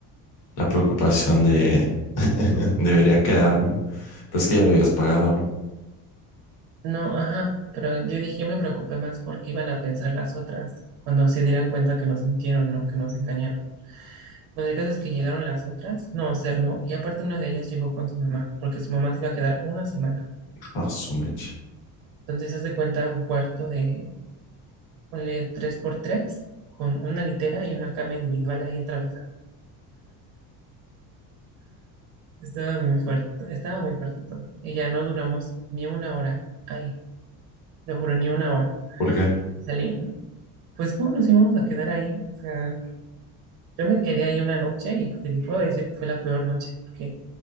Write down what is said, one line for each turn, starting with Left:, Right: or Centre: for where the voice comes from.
Left: la preocupación de <laughs> debería quedarme. Pero es que ya le habías pagado, ¿no?
Right: No, ajá, pero yo dije, yo me preocupé más porque iban a pensar las otras cuando se dieran cuenta que nos mintieron, ¿no? Que nos engañaron. Bueno, el caso es que llegaron las otras, no, se armó, y aparte una de ellas llegó con su mamá, porque su mamá se iba a quedar una semana.
Left: Ah, su mecha.
Right: Entonces, haz de cuenta un cuarto de, ponle tres por tres con una litera y una cama individual ahí atravesada Estaba muy fuerte, estaba muy fuerte todo. Y ya no duramos ni una hora ahí, lo juro, ni una hora.
Left: ¿Por qué?
Right: Y saliendo. Pues, ¿cómo nos íbamos a quedar ahí? O sea, yo me quedé ahí una noche y te le puedo decir que fue la peor noche, porque